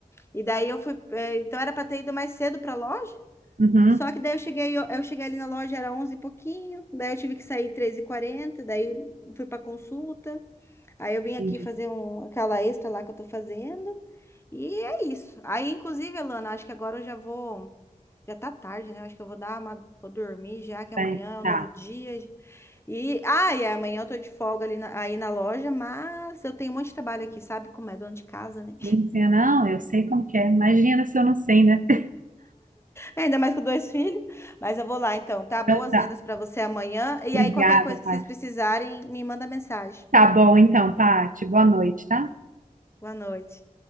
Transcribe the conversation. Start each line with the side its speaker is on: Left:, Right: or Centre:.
Left: E daí eu fui. eh, Então era pra ter ido mais cedo pra loja.
Right: Uhum.
Left: Só que daí eu cheguei, eu, eu cheguei ali na loja, era 11 e pouquinho. Daí eu tive que sair três e quarenta, daí fui pra consulta. Aí eu vim aqui
Right: Entendi.
Left: fazer um, aquela extra lá que eu tô fazendo. E é isso. Aí, inclusive, Alana, acho que agora eu já vou. Já tá tarde, né? Acho que eu vou dar uma, vou dormir já, que
Right: Bem,
Left: amanhã é um
Right: tá.
Left: novo dia. E, ah, e amanhã eu tô de folga ali na- aí na loja, mas eu tenho um monte de trabalho aqui, sabe? Como é dona de casa, né? <laughs>
Right: Sim, sim, não, eu sei como que é. Imagina se eu não sei, né? <laughs>
Left: Ainda mais com dois filhos. Mas eu vou lá então, tá? Boas
Right: Então tá.
Left: vendas pra você amanhã. E
Right: Obrigada,
Left: aí, qualquer coisa que
Right: Paty.
Left: vocês precisarem, me manda mensagem.
Right: Tá bom então, Paty. Boa noite, tá?
Left: Boa noite.